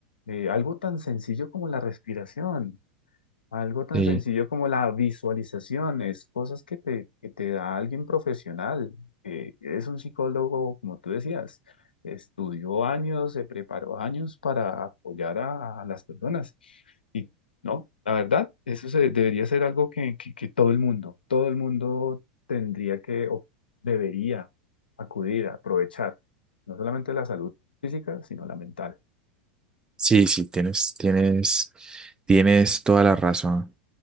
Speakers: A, on the left (about 85°); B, on the right (about 15°).
A: eh, algo tan sencillo como la respiración. Algo tan
B: Sí.
A: sencillo como la visualización, es cosas que te, que te da alguien profesional. Eh, es un psicólogo, como tú decías, estudió años, se preparó años para apoyar a, a las personas. Y no, la verdad, eso se, debería ser algo que, que, que todo el mundo, todo el mundo tendría que o debería acudir a aprovechar, no solamente la salud física, sino la mental.
B: Sí, sí, tienes, tienes, tienes toda la razón.